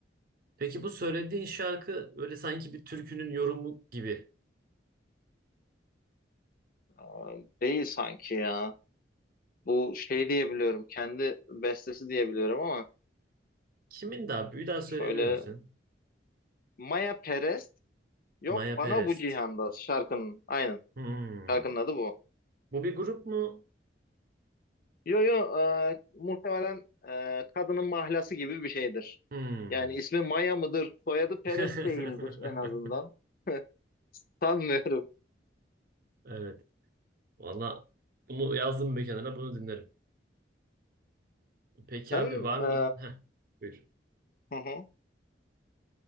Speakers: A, on the right; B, on the left.
A: Peki bu söylediğin şarkı öyle sanki bir türkünün yorumu gibi.
B: Ee, değil sanki ya. Bu şey diyebiliyorum. Kendi bestesi diyebiliyorum ama
A: Kimin daha? Bir daha söyleyebilir
B: şöyle
A: misin?
B: Maya Perez yok
A: Maya
B: bana
A: Perest.
B: bu cihanda şarkının aynen
A: Hmm.
B: şarkının adı bu.
A: Bu bir grup mu?
B: Yo yo e, muhtemelen e, kadının mahlası gibi bir şeydir.
A: Hmm.
B: Yani ismi Maya mıdır? Soyadı Perez
A: <laughs>
B: değildir en azından. <laughs> Sanmıyorum.
A: Evet. Valla bunu yazdım bir kenara bunu dinlerim. Peki
B: Sen
A: abi var
B: e,
A: mı? Heh, buyur.
B: hı hı.